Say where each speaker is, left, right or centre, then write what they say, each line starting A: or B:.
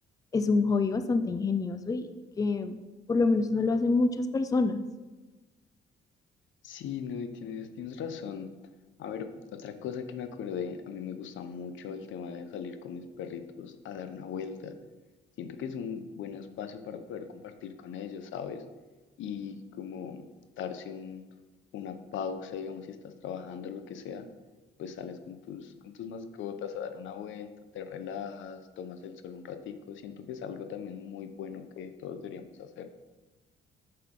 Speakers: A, on the left; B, on the left.
A: es un hobby bastante ingenioso y que por lo menos no lo hacen muchas personas.
B: Sí, no, y tienes, tienes razón. A ver, otra cosa que me acordé, a mí me gusta mucho el tema de salir con mis perritos a dar una vuelta. Siento que es un buen espacio para poder compartir con ellos, ¿sabes? Y como darse un, una pausa, digamos, si estás trabajando, lo que sea, pues sales con tus, con tus mascotas a dar una vuelta, te relajas, tomas el sol un ratico. Siento que es algo también muy bueno que todos deberíamos hacer.